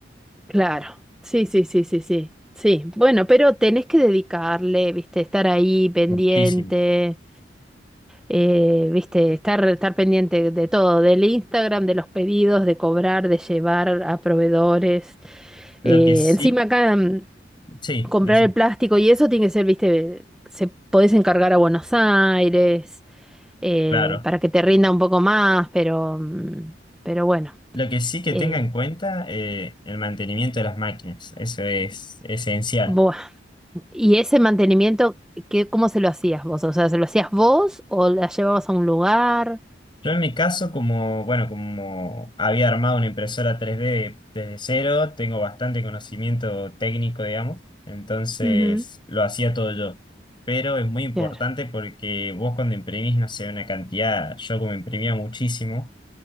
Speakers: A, in the centre; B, on the left.
A: claro. Sí, sí, sí, sí, sí. Sí. Bueno, pero tenés que dedicarle, viste, estar ahí pendiente.
B: Muchísimo.
A: eh, viste, estar, estar pendiente de todo, del Instagram, de los pedidos, de cobrar, de llevar a proveedores.
B: Lo
A: Eh,
B: que sí,
A: encima acá mm,
B: sí,
A: comprar
B: decime,
A: el plástico y eso tiene que ser, viste, se podés encargar a Buenos Aires eh,
B: claro.
A: para que te rinda un poco más, pero, mm, pero bueno.
B: Lo que sí que
A: eh,
B: tenga en cuenta, eh, el mantenimiento de las máquinas. Eso es esencial.
A: buah. Y ese mantenimiento, ¿qué, cómo se lo hacías vos? O sea, ¿se lo hacías vos o la llevabas a un lugar?
B: Yo en mi caso, como, bueno, como había armado una impresora 3D desde cero, tengo bastante conocimiento técnico, digamos, entonces
A: Ujú.
B: lo hacía todo yo. Pero es muy importante
A: Claro,
B: porque vos cuando imprimís, no sé, una cantidad, yo como imprimía muchísimo,